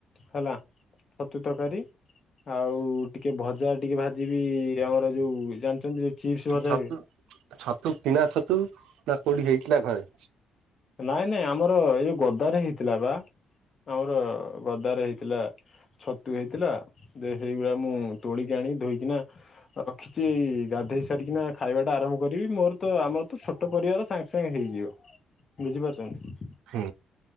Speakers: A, on the left; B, on the right.
A: ହେଲା ଛତୁ ତରକାରୀ। ଆଉ ଟିକେ ଭଜା ଟିକେ ଭାଜିିବି ଆମର ଯୋଉ ଜାଣିଛନ୍ତି ଯୋଉ ଚିପ୍ସ ଭଜା
B: ଛତୁ
A: ହୁଏ।
B: ଛତୁ କିଣା ଛତୁ ନା କୋଉଠି ହେଇଥିଲା ଘରେ।
A: ନାଇଁ ନାଇଁ ଆମର ଏଇ ଯୋଉ ଗଦାରେ ହେଇଥିଲା ବା ଆମର ଗଦାରେ ହେଇଥିଲା। ଛତୁ ହେଇଥିଲା ଦେ ସେଇଗୁରା ମୁଁ ତୋଳିକି ଆଣିକି ଧୋଇକିନା ରଖିଛି ଏଇ ଗାଧେଇ ସାରିକିନା ଖାଇବା ଟା ଆରମ୍ଭ କରିବି ମୋର ତ ଆମର ତ ଛୋଟ ଛୋଟ ପରିବାର ସାଙ୍ଗେ ସାଙ୍ଗେ ହେଇଯିବ। ବୁଝିପାରୁଛନ୍ତି।
B: ହୁଁ